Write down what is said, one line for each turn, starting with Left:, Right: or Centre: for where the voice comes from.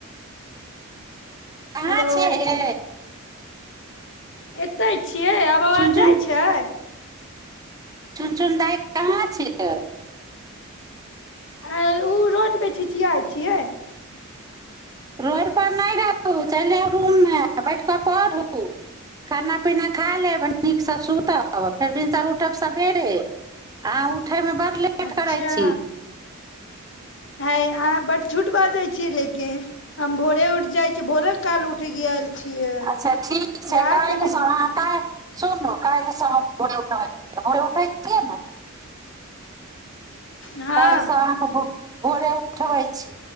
Right: कहाँ
Left: हेलो
Right: छै ये
Left: ऐतय छियै आब आाबाज
Right: चुन चुन
Left: जाइ छै
Right: चुन चुन दाइ कहाँ छियै
Left: आ‌ंय उ रोड पे छिछियै छियै
Right: रोड परर नहि रहू चलि जाउ रूममे बैठ कऽ पढ़ू खाना पीना खा लेब नीकसँ सुतब फेर भिनसर उठब सभ सवेरे अहाँ उठैमे बड लेट
Left: अच्छा
Right: करै छी
Left: है अहाँ बड झूठ बाजे छीै लेकिन हम भोरे उठ जाय छी भोरे काल उठ गेल छियै
Right: अच्छा ठीक छै
Left: रात
Right: काल्हिसँ
Left: मे
Right: अहाँ काल्हि सुनू काल्हिसँ हम भोरे उठब भोरे उठै छिय ने
Left: हँ
Right: काल्हिसँ भोरे उठबै छी